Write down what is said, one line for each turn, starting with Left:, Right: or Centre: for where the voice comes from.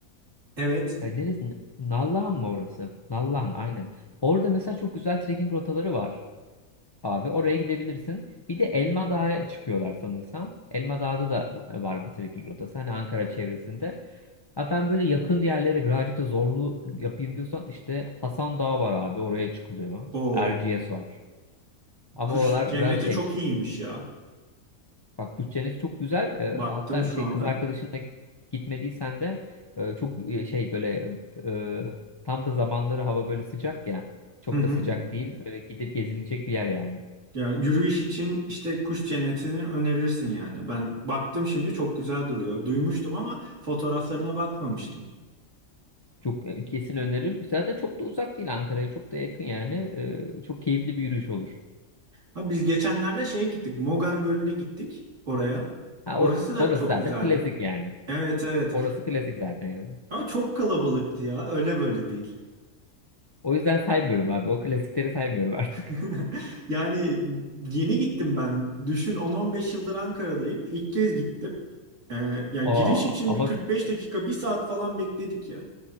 Right: Evet.
Left: E, neresi? Nallıhan mı orası? Nallıhan aynen. Orada mesela çok güzel trekking rotaları var. Abi oraya gidebilirsin. Bir de Elma Dağı'ya çıkıyorlar sanırsam. Elma dağda da var bir trekking rotası. Hani Ankara çevresinde. Ha ben böyle yakın yerlere birazcık da zorlu yapayım diyorsan işte Hasan Dağı var abi oraya çıkılıyor.
Right: O
Left: Erciyes var. Ama
Right: kuş
Left: oralar
Right: cenneti
Left: biraz şey
Right: çok iyiymiş ya.
Left: Bak kuş cenneti çok güzel. Ee,
Right: Baktım
Left: hatta
Right: şu
Left: şey
Right: anda.
Left: kız arkadaşınla gitmediysen de e, çok e, şey böyle e, tam da zamanları hava böyle sıcak ya. Çok
Right: Hı hı.
Left: da sıcak değil. Öyle gidip gezilecek bir yer yani.
Right: Ya yürüyüş için işte kuş cennetini önerirsin yani. Ben baktım şimdi çok güzel duruyor. Duymuştum ama fotoğraflarına bakmamıştım.
Left: Çok e, kesin öneririm. Zaten çok da uzak değil Ankara'ya. Çok da yakın yani. Ee, çok keyifli bir yürüyüş olur.
Right: Ha, biz geçenlerde şeye gittik. Mogan Gölü'ne gittik oraya.
Left: Ha,
Right: Orası
Left: o,
Right: da
Left: orası
Right: çok
Left: zaten
Right: güzeldi.
Left: klasik yani.
Right: Evet evet.
Left: Orası klasik zaten yani.
Right: Ama çok kalabalıktı ya. Öyle böyle değil.
Left: O yüzden saymıyorum abi. O klasikleri saymıyorum artık.
Right: <laughs> Yani yeni gittim ben. Düşün 10-15 yıldır Ankara'dayım. İlk kez gittim. Ee, yani
Left: <laughs>
Right: giriş
Left: Aa,
Right: için
Left: ama
Right: bir 45 dakika, bir saat falan bekledik ya.